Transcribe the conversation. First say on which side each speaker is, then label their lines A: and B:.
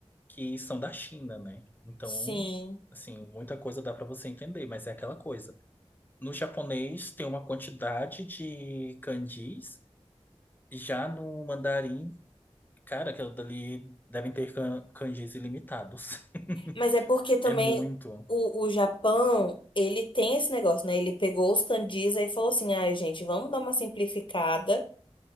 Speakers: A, on the left (about 15°); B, on the left (about 50°).
A: que são da China, né? Então,
B: Sim.
A: assim, muita coisa dá para você entender, mas é aquela coisa. No japonês tem uma quantidade de kanjis, já no mandarim, cara, aquilo dali devem ter kan- kanjis ilimitados.
B: Mas é porque
A: <laughs>
B: também
A: É muito.
B: o, o Japão, ele tem esse negócio, né? Ele pegou os kanjis aí e falou assim: ai, gente, vamos dar uma simplificada.